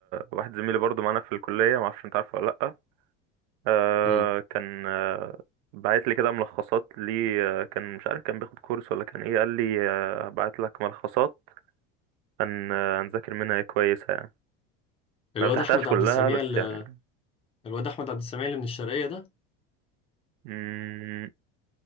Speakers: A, on the right (about 60°); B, on the left (about 20°).
A: واحد زميلي برضو معانا في الكليه ما اعرفش انت عارفه ولا لا آه
B: امم
A: كان آه بعت لي كده ملخصات لي آه كان مش عارف كان بياخد كورس ولا كان ايه قال لي آه بعت لك ملخصات هن آه هنذاكر منها كويسة يعني
B: الواد
A: ما فتحتهاش
B: احمد
A: كلها
B: عبد السميع
A: بس
B: ال-
A: يعني
B: الواد احمد عبد السميع اللي من الشرقية ده
A: مم